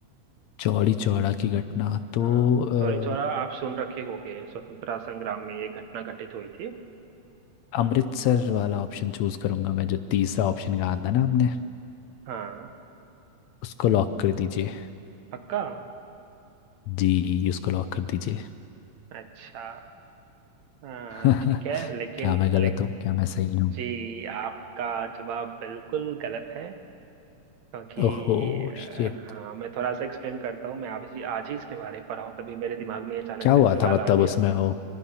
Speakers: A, on the left (about 75°); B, on the right (about 70°).
A: चौड़ी चौड़ा की घटना तो
B: हाँ
A: अ,
B: चौरी चौरा आप सुन रखे होंगे स्वतंत्रता संग्राम में ये घटना घटित हुई थी
A: अमृतसर वाला ऑप्शन चूज करूंगा मैं जो तीसरा ऑप्शन कहा था ना आपने
B: हाँ
A: उसको लॉक कर दीजिए
B: पक्का
A: जी उसको लॉक कर दीजिए
B: अच्छा हाँ
A: <laughs>
B: ठीक है लेकिन
A: क्या मैं गलत
B: ले,
A: हूँ क्या मैं सही
B: जी
A: हूँ
B: आपका जवाब बिल्कुल गलत है क्योंकि
A: ओहो
B: अ,
A: शिट
B: हाँ मैं थोड़ा सा एक्सप्लेन करता हूँ मैं आज ही आज ही इसके बारे में पढ़ा हूँ तभी मेरे दिमाग में अचानक
A: क्या
B: से
A: हुआ
B: सवाल
A: था मतलब
B: आ गया
A: उसमें वो